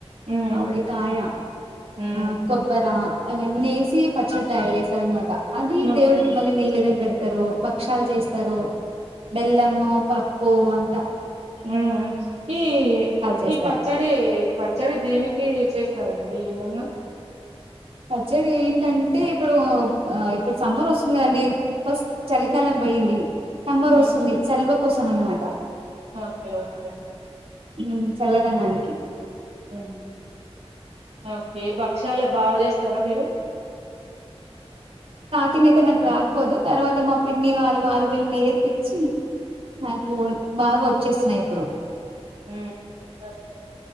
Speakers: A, on the right (about 75°); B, on the right (about 60°).
A: ఉమ్
B: మామిడి కాయ
A: ఉమ్
B: ఆ కొబ్బరా అవన్నీ ఏస్ తీ పచ్చడ తయారుచేస్తరన్నమాట అది
A: ఓకే.
B: దేవుడికి మళ్ళీ నైవేద్యం పెడ్ ఇస్తారు భక్షాల్ చేస్తరు. బెల్లము పప్ ఓ అంత
A: హుమ్మ్ ఈ
B: చేస్తారు
A: ఇ పచ్చడి పచ్చడి దేనికి చేస్తారండి పొంగ
B: పచ్చడి ఏంటంటే ఇప్పుడు ఆ ఇప్పుడు సమ్మర్ వస్తుంది కదండి ఫస్ట్ చలికాలం పోయింది సమ్మర్
A: ఉమ్
B: ఒస్తుంది సెల్వకోసం అనమాట
A: ఓకే ఓకే
B: మ్ చల్లదనానికి
A: మ్ ఓకే బక్ చాలా బాగా చేస్తారా మీరు
B: టింగ్ అయితే నాకు రాకపోదు తర్వాత మా పిన్నీ వాళ్ళు వాళ్ళకి నేర్పిచ్చి నాకు బాగోచ్ చేస్తున్నా ఇప్పుడు
A: మ్ ఓకే